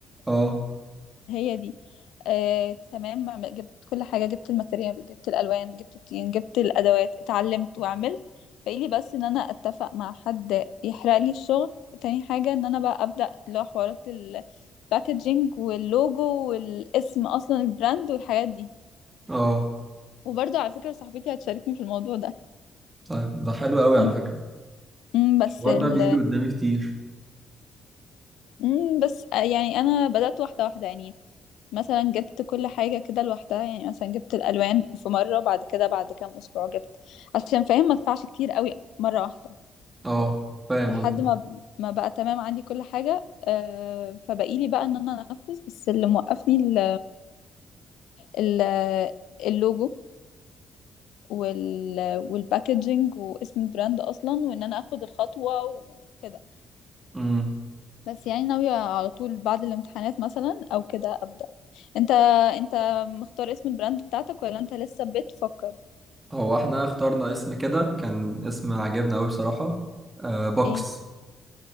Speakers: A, on the right; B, on the left.
A: اه
B: هي دي آه، تمام ما- جبت كل حاجة جبت الماتيريال جبت الألوان جبت الطين جبت الأدوات اتعلمت وعملت باقي لي بس إن أنا أتفق مع حد يحرق لي الشغل تاني حاجة إن أنا بقى أبدأ اللي هو حوارات الباكجينج واللوجو والاسم أصلا البراند والحاجات دي
A: اه
B: وبرضه على فكرة صاحبتي هتشاركني في الموضوع ده
A: طيب ده حلو قوي
B: م-
A: على فكرة
B: م، بس
A: الحوار
B: ال
A: ده بيجي قدامي كتير
B: امم بس آه، يعني انا بدأت واحدة واحدة يعني مثلا جبت كل حاجة كده لوحدها يعني مثلا جبت الألوان في مرة بعد كده بعد كام أسبوع جبت عشان فاهم ما ادفعش كتير قوي مرة واحدة
A: اه فاهم
B: لحد
A: قصدي
B: ما ما بقى تمام عندي كل حاجة آه، فبقيلي بقى ان انا انفذ بس اللي موقفني ال ال اللوجو وال والباكجينج واسم البراند اصلا وان انا اخد الخطوة وكده
A: امم
B: بس يعني ناوية على طول بعد الامتحانات مثلا او كده ابدأ انت انت مختار اسم البراند بتاعتك ولا انت لسه بتفكر
A: هو احنا اخترنا اسم كده كان اسم عجبنا قوي بصراحة آه بوكس
B: ايه